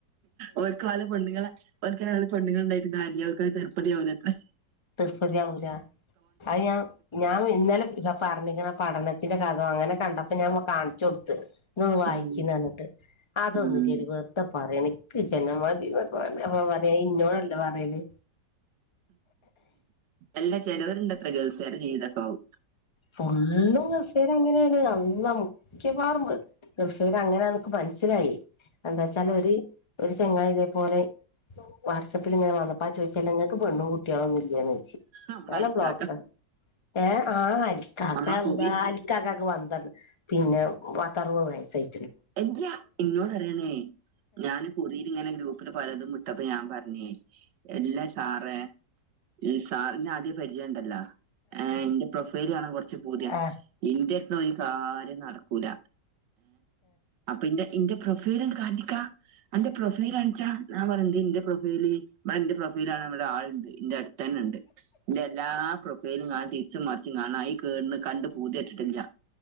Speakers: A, on the right (about 80°); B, on the left (about 25°).
A: ഓൾക്ക് ഓല പെണ്ണുങ്ങളെ ഓൽ കോലെ പെണ്ണ് ങൾ ഉണ്ടായിട്ടും കാര്യല്ല. ഓൽ കത് തൃ പ്പതി ആവൂലാത്രേ
B: തൃപ്പതിയാവൂല അത് ഞാൻ ഞാൻ ഇന്നലെ ര പറ് ക്ക്ണ് ആ പഠനത്തിന്റെ കഥോ അങ്ങനെ കണ്ടപ്പോ ഞാൻ കാണിച്ചു കൊടുത്ത് ഇന്ന് വായിക്കീനർഞ്ട്ട്
A: ഉം
B: അതൊന്ന്ല്ലടീ
A: ഉം
B: വെറുതെ പറയേണ് ഇൻക്ക് ജന്നെമാതീ നർ <unintelligible> പ്പ പറയാ ഇന്നോടല്ലേ പറയല്
A: എല്ലാ ചേലോര്ണ്ടത്രേ ഗേൾസ് അവരുടെജീവിതക്കാവും
B: ഫല്ലും ഗൾഫേര അങ്ങനേണ് അള്ളാ മുക്കവാറും ഗൾഫ് പര അങ്ങനെ നക്ക് മനസ്സിലായി എന്താച്ചാൽ ഒരു ഒരു ചെങ്ങ ഇതേപോലെ വാട്സആപ്പിൽ ഇങ്ങനെ വന്നപ്പോ ആ ചോദിച്ചാലങ്ങക്ക് പെണ് കുട്ട് <inaudible> <inaudible> ളൊന്നുല്ലേന്ന് ചോയ്ച്ച്
A: നമ്മളെ
B: ഞാനാ
A: അരിക്കാക്ക
B: ബ്ലോക്ക ഏ അലികക്കാ
A: നമ്മളെ
B: ക് അള്ളാ
A: കുറി
B: അലി കാക്കക്ക് വ പിന്നെ പത്തർവത് വയസായി
A: എയ്യാ ഇന്നോട് അറിയണേ ഞാന് കുറീലിങ്ങനെ ഗ്രൂപ്പില് പലതും വിട്ടപ്പഞാപറഞ്ഞേ എല്ലാ സാറെ ഈ സാറിനാദ്യം പരിചയണ്ടല്ലോ ആ എന്റെ പ്രൊഫൈൽകാണ കൊറച്ച് പൂതിയാ
B: ആ ആ
A: ഇൻ്റെ തൊരു കാര്യം നടക്കൂല അപ്പിന്റെ പ്രൊഫൈല്ണ്ട് കാണ്ടിക്കാ അന്റെ പ്രൊഫൈലാണിച്ചാ ഞാൻ പറഞ്ഞുന്തേ ന്റെ പ്രൊഫൈല് ആ ഇന്റെ പ്രൊഫൈലാണാല്ലെ ആളുണ്ട് ന്റെടുത്തന്നെ ണ്ട് ന്റെഎല്ലാ പ്രൊഫൈലും ഞാൻ തിരിച്ച മറിച്ച് കാണാ ഐകേന്ന് കണ്ട് പൂതെട്ടിട്ടില്ല